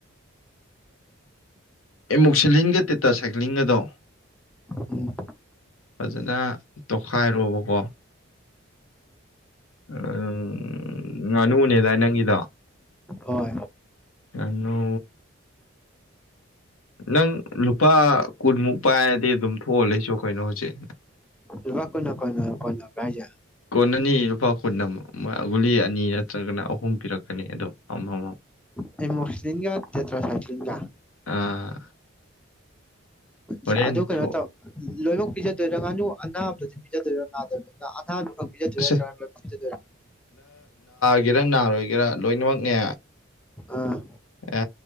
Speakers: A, on the left; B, in the centre.
A: ꯏꯃꯨꯁꯤꯂꯤꯟꯒ ꯇꯦꯠꯇ ꯁꯥꯏꯀ꯭ꯂꯤꯡꯒꯗꯣ
B: ꯎꯝ
A: ꯐꯖꯅ ꯇꯣꯈꯥꯏꯔꯣꯕꯀꯣ ꯑꯝ ꯉꯥꯅꯨꯅꯦꯗꯥꯏ ꯅꯪꯒꯤꯗꯣ
B: ꯍꯣꯏ
A: ꯉꯥꯅꯨ ꯅꯪ ꯂꯨꯄꯥ ꯀꯨꯟꯃꯨꯛ ꯄꯥꯏꯔꯗꯤ ꯑꯗꯨꯝ ꯊꯣꯛꯑ ꯂꯩꯆꯣ ꯀꯩꯅꯣ ꯍꯧꯖꯤꯛ
B: ꯂꯨꯄꯥ ꯀꯨꯟꯅ ꯀꯣꯟꯅ ꯀꯣꯟꯅꯕ꯭ꯔꯣ ꯍꯥꯏꯖꯦ
A: ꯅꯅꯤ ꯂꯨꯄꯥ ꯀꯨꯟ ꯑꯃꯛ ꯒꯨꯂꯤ ꯑꯅꯤ ꯅꯠꯇ꯭ꯔꯒꯅ ꯑꯍꯨꯝ ꯄꯤꯔꯛꯀꯅꯤ ꯑꯗꯣ ꯑꯃ ꯑꯃ
B: ꯇꯦꯃꯣꯛꯁꯂꯤꯟꯒ ꯇꯦꯇ꯭ꯔꯁꯥꯏꯀ꯭ꯂꯤꯟꯒ
A: ꯑꯥ ꯍꯣꯔꯦꯟ
B: ꯆ ꯑꯗꯨ ꯀꯩꯅꯣ
A: ꯊꯣꯛ
B: ꯇꯧ ꯂꯣꯏꯃꯛ ꯄꯤꯖꯗꯣꯏꯔꯥ ꯉꯥꯅꯨ ꯑꯅꯕꯗꯣ ꯄꯤꯖꯗꯣꯏꯔꯣ ꯅꯥꯗꯕꯗꯨꯅ ꯑ ꯑꯅꯕꯈꯛ ꯄꯤꯖꯗꯣꯏꯔ
A: ꯑꯁꯦ
B: ꯅꯠꯇ꯭ꯔꯒ ꯂꯣꯏꯅ ꯄꯤꯖꯗꯣꯏꯔ
A: ꯁꯤꯒꯦꯔꯥ ꯅꯥꯔꯣꯏꯒꯦꯔꯥ ꯂꯣꯏꯅꯃꯛꯅꯦ
B: ꯑꯥ
A: ꯑ